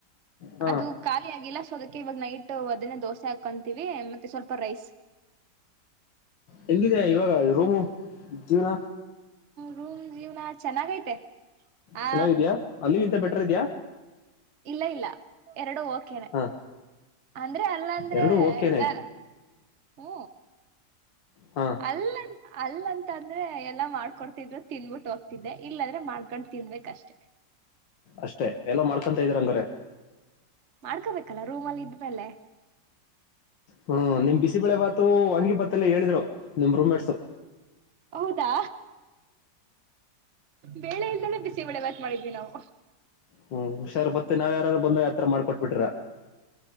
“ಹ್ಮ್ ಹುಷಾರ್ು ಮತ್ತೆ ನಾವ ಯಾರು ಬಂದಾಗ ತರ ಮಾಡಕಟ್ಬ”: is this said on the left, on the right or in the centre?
Left